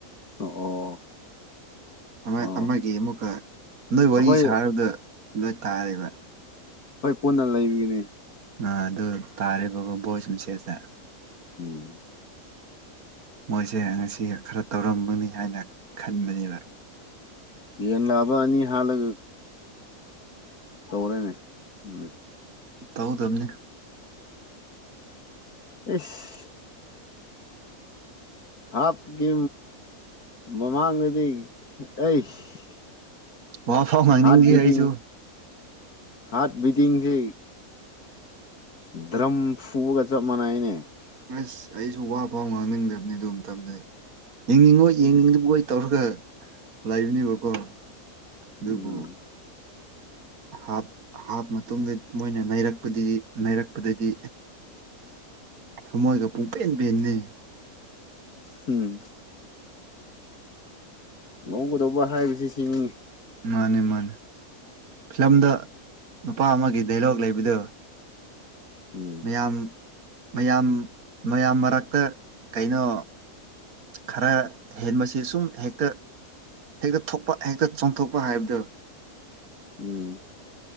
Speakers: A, on the left (about 85°); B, on the right (about 80°).
A: ꯑꯣ ꯑꯣ
B: ꯑꯃ
A: ꯑꯣ
B: ꯑꯃꯒꯤ ꯑꯃꯨꯛꯀ ꯅꯣꯏ
A: ꯑꯩꯈꯣꯏ
B: ꯋꯥꯔꯤ ꯁꯥꯔꯕꯗ ꯂꯣꯏ ꯇꯥꯔꯦꯕ
A: ꯍꯣꯏ ꯄꯨꯟꯅ ꯂꯩꯕꯒꯤꯅꯤ
B: ꯑꯥ ꯑꯗꯨ ꯇꯥꯔꯤꯕꯀꯣ ꯚꯣꯏꯁ ꯃꯦꯁꯦꯖꯇꯥ
A: ꯎꯝ
B: ꯃꯣꯏꯁꯦ ꯉꯁꯤ ꯈꯔ ꯇꯧꯔꯝꯒꯅꯤ ꯍꯥꯏꯅ ꯈꯟꯕꯅꯦꯕ
A: ꯌꯦꯟ ꯂꯥꯛꯑꯕ ꯑꯅꯤ ꯍꯥꯥꯟꯂꯒ ꯇꯧꯔꯦꯅꯦ ꯅꯨꯃꯤꯠ
B: ꯇꯧꯗꯕꯅꯤ
A: ꯏꯁ ꯍꯥꯞꯀꯤ ꯃꯃꯥꯡꯗꯗꯤ ꯑꯩꯁ
B: ꯋꯥ ꯐꯥꯎ ꯉꯥꯡꯅꯤꯡꯗꯦ
A: ꯍꯔꯠꯕꯤꯇꯤꯡ
B: ꯑꯩꯁꯨ
A: ꯍꯔꯠꯕꯤꯇꯡꯁꯤ ꯗ꯭ꯔꯝ ꯐꯨꯕꯒ ꯆꯞ ꯃꯥꯟꯅꯩꯅꯦ
B: ꯑꯁ ꯑꯩꯁꯨ ꯋꯥꯕꯥꯎ ꯉꯥꯡꯅꯤꯡꯗꯕꯅꯤ ꯑꯗꯨꯝ ꯃꯇꯝꯗ ꯑꯩ ꯌꯦꯡꯅꯤꯡꯉꯣꯏ ꯌꯦꯡꯅꯤꯡꯂꯤꯕꯣꯏ
A: ꯑꯁ
B: ꯇꯧꯔꯒ ꯂꯩꯕꯅꯦꯕꯀꯣ ꯑꯗꯨꯕꯨ
A: ꯎꯝ
B: ꯍꯥꯞ ꯍꯥꯞ ꯃꯇꯨꯡꯗ ꯃꯣꯏꯅ ꯅꯩꯔꯛꯄꯗꯒꯤ ꯅꯩꯔꯛꯄꯗꯗꯤ ꯊꯃꯣꯏꯒ ꯄꯨꯡ ꯄꯦꯟ ꯄꯦꯟꯂꯤ
A: ꯍꯝ ꯂꯧꯍꯧꯒꯗꯧꯕ ꯍꯥꯏꯕꯁꯤ ꯁꯤꯅꯤ
B: ꯃꯥꯅꯦ ꯃꯥꯅꯦ ꯐꯤꯂꯝꯗ ꯅꯨꯄꯥ ꯑꯃꯒꯤ ꯗꯥꯏꯂꯣꯛ ꯂꯩꯕꯗꯣ
A: ꯎꯝ
B: ꯃꯌꯥꯝ ꯃꯌꯥꯝ ꯃꯌꯥꯝ ꯃꯔꯛꯇ ꯀꯩꯅꯣ ꯈꯔ ꯍꯦꯟꯕꯁꯦ ꯁꯨꯝ ꯍꯦꯛꯇꯥ ꯍꯦꯛꯇꯥ ꯊꯣꯛꯄ ꯍꯦꯛꯇ ꯆꯣꯡꯊꯣꯛꯄ ꯍꯥꯏꯕꯗꯣ
A: ꯎꯝ